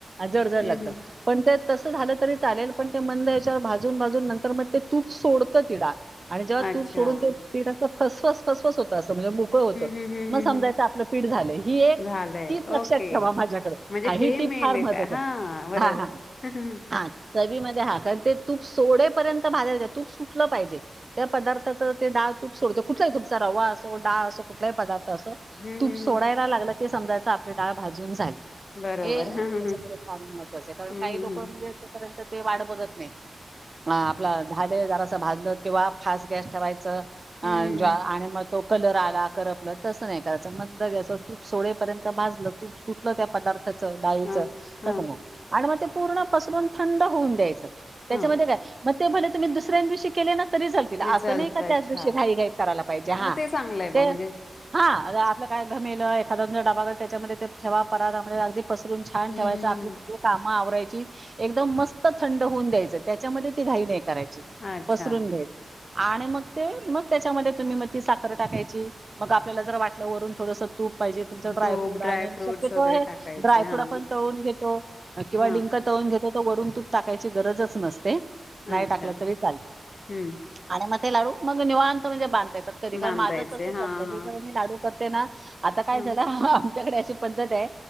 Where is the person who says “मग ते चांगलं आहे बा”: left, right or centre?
Left